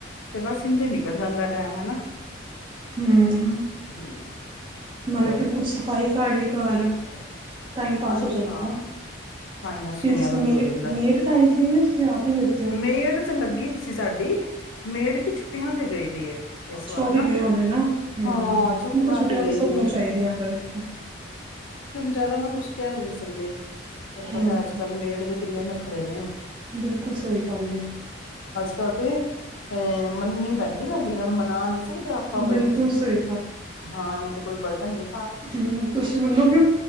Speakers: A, on the left; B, on the right.
A: ਤੇ ਬਸ ਇੰਝੇ ਨਿਕਲ ਜਾਂਦਾ ਟਾਈਮ ਹਨਾ
B: ਹਮ
A: ਹਮ
B: ਮਤਲਬ
A: ਹੋਰ
B: ਫਿਰ ਕੁੱਛ ਸਫ਼ਾਈ ਕਰ ਲਈ ਘਰ ਟਾਈਮ ਪਾਸ
A: ਹਾਂਜੀ
B: ਹੋ ਜਾਂਦਾ
A: ਹਾਂ ਸਫਾਈਆਂ ਸਫੂਈਆਂ
B: ਜੇ ਤੁਸੀਂ
A: ਦਾ
B: ਮੇ
A: ਵੀ ਹੋ ਜਾਂਦਾ
B: ਮੇਠ ਟਾਈ ਤੂਸੀਂ ਆਪ ਹੀ ਕਰਦੇ ਹੋ
A: ਮੇੜ ਤੇ ਲੱਗੀ ਦੀ ਸੀ ਸਾਡੀ ਮੇੜ ਕਿ ਛੁੱਟੀਆਂ ਤੇ ਗਏ ਦੀ ਹੈ ਇਸ
B: ਅੱਛਾ
A: ਵਾਰ
B: ਉਹ ਵੀ
A: ਨਾ
B: ਗਏ ਹੋਣੇ ਨਾ ਹਮ
A: ਹਾਂ
B: ਮੇ ਕੋੋ ਛੁੱਟੀਆਂ
A: ਤੇ ਗਈ
B: ਤਾਂ ਸਭ
A: ਦੀ
B: ਨੂੰ
A: ਹੈ
B: ਚਾਹੀਦੀਆਂ ਫਿਰ ਵੇਖੋ
A: ਵਿਚਾਰਾ ਨਾ ਕੁਝ ਕਹਿ ਵੀ ਨਹੀਂ‌ ਸਕਦੇ ਤੁਹਾਨੂੰ ਪਤਾ
B: ਹੂੰ,
A: ਅੱਜ ਕੱਲ੍ਹ ਮੇੜ ਦੇ ਕਿੰਨੇ ਨੱਖਰੇ ਨੇ
B: ਬਿਲਕੁਲ ਸਹੀ ਗੱਲ ਏ।
A: ਕਰ ਤੇ ਅਹ ਮੰਨਨੀ ਪੈਂਦੇ ਨਾ ਜਿਹਨਾਂ ਨੂੰ ਮਨਾ ਨੀ ਸਕਦੇ ਆਪਾਂ ਬਈ
B: ਬਿਲਕੁਲ
A: ਤੁਸੀਂ,
B: ਸਹੀ
A: ਹਾਂ ਤੇ ਕੋਈ ਬਰਡਨ ਨੀਂ
B: ਹਮ ਤੁਸੀਂ ਮੰਨੋਗੇ